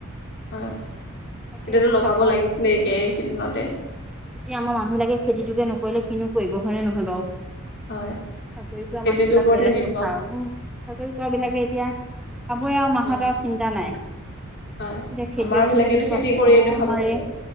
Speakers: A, on the left (about 50°); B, in the centre.
A: হয়। এতিয়াতো
B: তাকে বৰ
A: লগাব
B: ডাঙৰ
A: লাগিছিলে এই এইকেইদিনতে
B: এতিয়া আমাৰ মানুহ লাগে খেতিটোকে নকৰিলে কিনো কৰিব হয়নে নহয় বাও।
A: হয়।
B: চাকৰি কৰা
A: খেতিটোৰ
B: মানুহ বিলাক
A: ওপৰতহে
B: বেলেগ
A: নিৰ্ভৰ
B: কথা আৰু উম চাকৰি কোৱা বিলাকে এতিয়া খাবৈ যা মাহত
A: হয়
B: আও চিন্তা নাই।
A: হয়
B: এতিয়া খেতিয়ক
A: আমাৰ বিলাকেতো
B: খিনতো
A: খেতি
B: ক অ
A: কৰিয়েতো
B: আমাৰ
A: খাব লাগিব